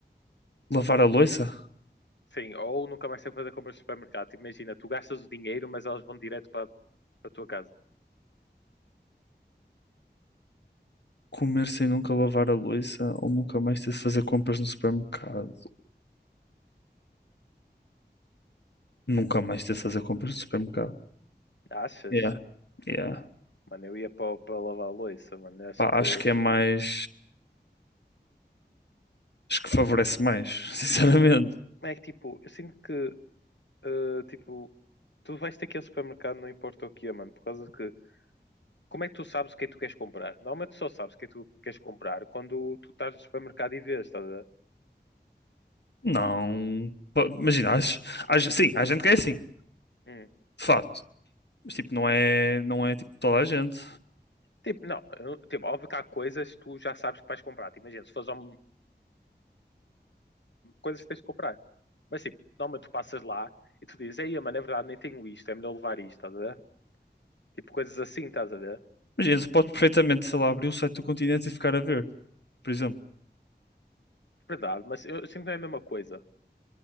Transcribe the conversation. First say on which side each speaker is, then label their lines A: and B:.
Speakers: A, on the left (about 70°); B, on the left (about 85°).
A: lavar a louça?
B: Sim, ou nunca mais tem que fazer compras de supermercado. Tipo, Imagina, tu gastas o dinheiro, mas elas vão direto para a tua casa.
A: Comer sem nunca lavar a louça ou nunca mais ter de fazer compras no supermercado? Nunca mais ter de fazer compras no supermercado.
B: Achas?
A: Yeah. Yeah.
B: Mano, eu ia para, para lavar a louça, mano. Eu acho
A: Pá,
B: que.
A: acho que é mais. Acho que favorece mais, <laughs> sinceramente.
B: Como é que tipo, eu sinto que eh, tipo, tu vais ter que ir ao supermercado, não importa o que é, mano, por causa que. Como é que tu sabes o que é que tu queres comprar? Normalmente tu só sabes o que é que tu queres comprar quando tu estás no supermercado e vês, estás a ver?
A: Não. Pá, Imagina, acho, acho- sim, há gente que é assim, de
B: Hum.
A: facto. Mas tipo, não é, não é tipo toda a gente.
B: Tipo, não, eu- tipo, óbvio que há coisas que tu já sabes que vais comprar. Tipo, Imagina, se fores ao coisas que tens de comprar. Mas tipo, normalmente tu passas lá e tu dizes, ei, mano, é verdade, nem tenho isto, é melhor levar isto, estás a ver? Tipo, coisas assim, estás a ver?
A: Imagina, se podes perfeitamente, sei lá, abrir o site do Continente e ficar a ver, por exemplo.
B: Verdade, mas eu eu sinto que não é a mesma coisa.